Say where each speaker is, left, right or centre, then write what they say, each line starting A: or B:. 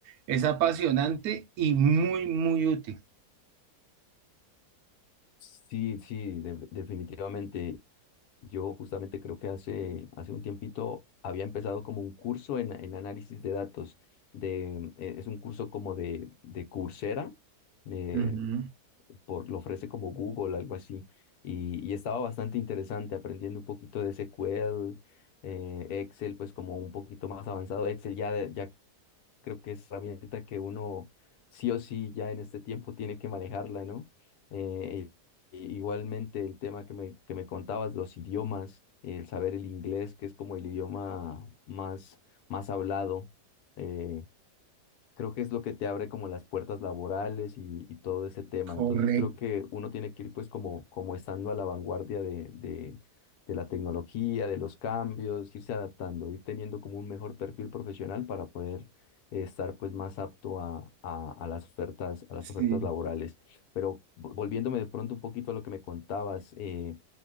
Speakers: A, on the right (about 70°); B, on the left (about 75°).
A: Es apasionante y muy, muy útil.
B: Sí, sí, de- definitivamente. Yo justamente creo que hace, hace un tiempito había empezado como un curso en, en análisis de datos. De, eh, es un curso como de, de Coursera, eh,
A: Ujú,
B: por, lo ofrece como Google, algo así. Y, y estaba bastante interesante aprendiendo un poquito de SQL, eh, Excel, pues como un poquito más avanzado. Excel ya, de- ya creo que es herramienta que uno sí o sí ya en este tiempo tiene que manejarla, ¿no? Eh, e- igualmente el tema que me, que me contabas, los idiomas, el saber el inglés, que es como el idioma más, más hablado. eh, creo que es lo que te abre como las puertas laborales y, y todo ese tema.
A: Correcto,
B: Entonces creo que uno tiene que ir pues como, como estando a la vanguardia de, de, de la tecnología, de los cambios, irse adaptando, ir teniendo como un mejor perfil profesional para poder eh, estar pues más apto a, a, a las ofertas, a las
A: sí.
B: ofertas laborales. Pero vo- volviéndome de pronto un poquito a lo que me contabas, eh,